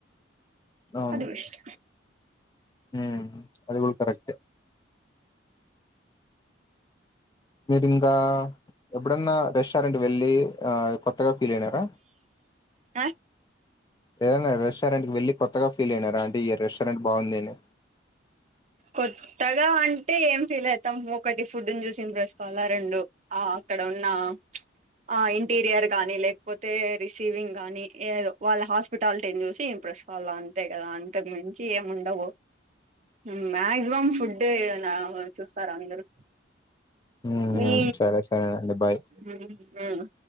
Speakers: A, on the left (about 20°); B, on the right (about 35°).
A: అవును
B: అది బెస్ట్
A: ఉమ్ అది కూడా కరెక్ట్ మీరింకా ఎప్పుడన్నా రెస్టారెంట్ వెళ్ళి ఆ కొత్త <unintelligible> పీడైనారా
B: అ
A: ఏదైన రెస్టారెంట్కి వెళ్ళి కొత్తగా ఫీలైనారా అంటె ఈ రెస్టారెంట్ బాగుంది అని
B: కొత్తగా అంటే ఏం ఫీలైతాం ఒకటి ఫుడ్డ్న్ జూసి ఇంప్రెస్స్ కాల్ల రెండు ఆ అక్కడ ఉన్నా ప్చ్ ఆ ఇంటీరియర్ గాని లేక్పోతే రిసీవింగ్ గాని ఏదొ వాళ్ళ హాస్పిటాల్టీన్ జూసి ఇంప్రెస్స్ కాల్లా అంతె కద అంతక్ మించి ఏముండవు ఉమ్ మాక్సిమం ఫుడ్డేగనా చూస్తారందరు
A: ఉమ్
B: మీ
A: సరే సరేనండి బాయ్
B: ఉమ్ ఉమ్